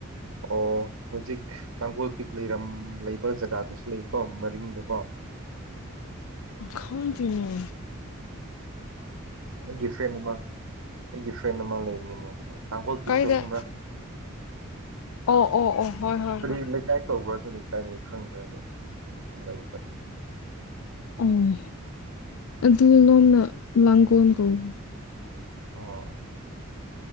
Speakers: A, on the right; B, on the left.
A: ꯑꯣ ꯍꯧꯖꯤꯛ ꯇꯥꯡꯒꯣꯜ ꯄꯤꯛ ꯂꯩꯔꯝ ꯂꯩꯕ ꯖꯒꯥꯗꯨꯁꯨ ꯂꯩꯀꯣ ꯃꯔꯤꯡꯗꯨꯀꯣ
B: ꯈꯪꯇꯦꯅꯦ
A: ꯑꯩ ꯒꯤꯐꯔꯦꯟꯅ ꯃꯥ ꯑꯩꯒꯤ ꯒꯤꯐꯦꯟꯅ ꯃꯥ ꯂꯩꯕꯅꯤ ꯅꯒꯣꯜ
B: ꯀꯥꯏꯗ
A: ꯄꯤꯛꯛꯇꯣ ꯈꯪꯕ꯭ꯔꯥ
B: ꯑꯣ ꯑꯣ ꯑꯣ ꯍꯣꯏ ꯍꯣꯏ
A: ꯀꯔꯤ
B: ꯍꯣꯏ
A: ꯂꯩꯀꯥꯏ ꯀꯧꯕ꯭ꯔꯗꯨꯅꯤ ꯀꯥꯏꯅ ꯈꯪꯗ꯭ꯔꯦ ꯑꯗꯣ <inaudible>
B: ꯑꯣ ꯑꯗꯨ ꯂꯣꯝꯅ ꯂꯥꯡꯒꯣꯜ ꯀꯧꯕ
A: ꯑꯣ